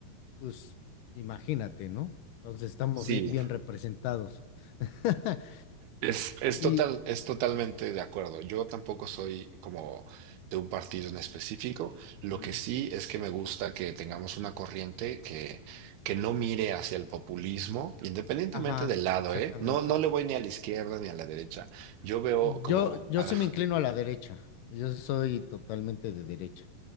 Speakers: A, on the left; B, on the right.
A: pues imagínate, ¿no? Entonces estamos
B: sí.
A: ri- bien representados. <laughs>
B: Es, es
A: Y,
B: total, es totalmente de acuerdo. Yo tampoco soy como de un partido en específico.
A: Ujú.
B: Lo que sí es que me gusta que tengamos una corriente que, que no mire hacia el populismo, independientemente
A: ajá,
B: del lado,
A: exactamente.
B: ¿eh? No, no le voy ni a la izquierda ni a la derecha. Yo veo
A: Yo,
B: como,
A: yo
B: ah,
A: sí me inclino a la derecha. Yo soy totalmente de derecha.